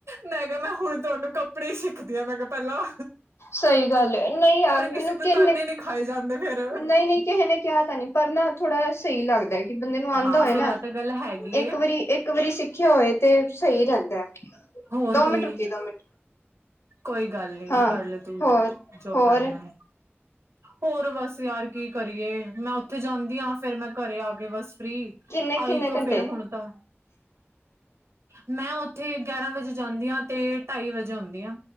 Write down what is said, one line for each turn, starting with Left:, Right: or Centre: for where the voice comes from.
Right: ਮੈਂ ਕਿਹਾ ਮੈਂ ਹੁਣ ਤੁਹਾਨੂੰ ਕੱਪੜੇ ਈ ਸਿੱਖਦੀ ਆਂ ਮੈਂ ਕਿਹਾ ਪਹਿਲਾਂ।
Left: ਸਹੀ ਗੱਲ ਏ, ਨਹੀਂ ਯਾਰ ਮੈਨੂੰ
Right: ਕਿਸੇ ਦੇ
Left: ਕਿਨੇ
Right: ਤਾਨੇ ਨੀ ਖਾਏ ਜਾਂਦੇ ਫੇਰ
Left: ਨਹੀ- ਨਹੀ ਕਿਹੇ ਨੇ ਕਿਹਾ ਤਾਂ ਨਹੀ। ਪਰ ਨਾ ਥੋੜਾ ਏ ਸਹੀ ਲੱਗਦਾ ਏ। ਕਿ ਬੰਦੇ ਨੂੰ ਆਉਂਦਾ
Right: ਹਾਂ
Left: ਹੋਏ
Right: ਫੇਰ
Left: ਨਾ
Right: ਆਹ ਤਾਂ ਗੱਲ ਹੈਗੀ
Left: ਇੱਕ
Right: ਏ
Left: ਵਾਰੀ- ਇੱਕ ਵਾਰੀ, ਸਿੱਖਿਆ ਹੋਏ ਤੇ ਸਹੀ ਰਹਿੰਦਾ ਅ।
Right: ਹੋਰ
Left: ਦੋ ਮਿੰਟ
Right: ਕੀ
Left: ਰੁਕੀ, ਦੋ ਮਿੰਟ
Right: ਕੋਈ ਗੱਲ ਨੀ
Left: ਹਾਂ
Right: ਕਰਲਾ ਤੂੰ
Left: ਹੋਰ
Right: ਜੋ
Left: ਹੋਰ
Right: ਕਰਨਾ ਹੋਰ ਬਸ ਯਾਰ ਕੀ ਕਰੀਏ, ਮੈਂ ਉੱਥੇ ਜਾਂਦੀ ਹਾਂ ਫੇਰ ਮੈਂ ਘਰੇ ਆ ਕੇ ਬੱਸ ਫ੍ਰਰੀ
Left: ਕਿੰਨੇ ਕਿੰਨੇ
Right: ਆਈ ਇੱਕ
Left: ਘੰਟੇ
Right: ਫੇਰ ਹੁਣ ਤਾਂ
Left: <inaudible>
Right: ਮੈਂ ਉੱਥੇ ਗਿਆਰਾਂ ਵਜੇ ਜਾਂਦੀ ਹਾਂ ਤੇ ਢਾਈ ਵਜੇ ਓਨੀ ਆ।